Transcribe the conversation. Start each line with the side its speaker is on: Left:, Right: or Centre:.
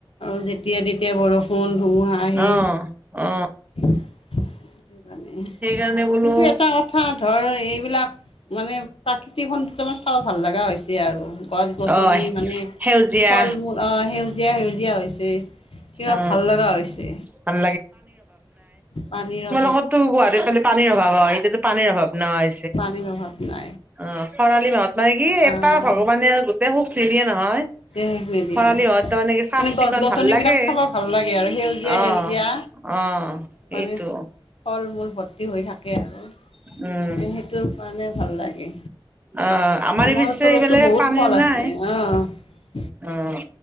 Left: আৰু যেতিয়া তেতিয়া বৰষুণ ধুমুহা আহে
Right: অ অ।
Left: <unintelligible> আমি,
Right: সেইকাৰণে বোলো
Left: কিন্তু এটা কথা ধৰ এইবিলাক মানে প্ৰাকৃতিক সৌন্দৰ্য মানে চাব ভাল লগা হৈছে আৰু গছ গছনি
Right: অ
Left: মানে
Right: সেউজীয়া
Left: ফল মূল অ সেউজীয়া সেউজী জিয়া হৈছে, কিবা
Right: অ
Left: ভাল লগা হৈছে।
Right: ভাল
Left: পানী ৰ
Right: লগতো গুৱাহাটী খালি পানীৰ অভাৱ হয়। এতিয়াতো পানীৰ অভাৱ নাই।
Left: পানীৰ অভাৱ না
Right: অঁ খৰালি মাহত মানে কি এটা
Left: আহ
Right: ভগৱানে আৰু গোটেই সুখ নিৱিয়ে নহয়।
Left: সুখ নিদিয়ে।
Right: খৰালি মাহত তাৰমানে কি চাফ
Left: তেনেকোৱা
Right: চিকুণ
Left: গছ গছনিবিলাক
Right: ভাল লাগে
Left: চাব ভাল লাগে আৰু সেউজীয়া
Right: অ',
Left: সেউজীয়া।
Right: অ',
Left: মানে
Right: এইটো
Left: ফল মূল ভৰ্তি হৈ থাকে আৰু
Right: উম,
Left: সেইটো কাৰণে ভাল লাগে।
Right: অ',
Left: আমাৰ
Right: পিছে
Left: ওচৰতো
Right: এইফালে
Left: বহুত
Right: পানীৰ
Left: ফল
Right: নাই
Left: আছে। আহ
Right: অ',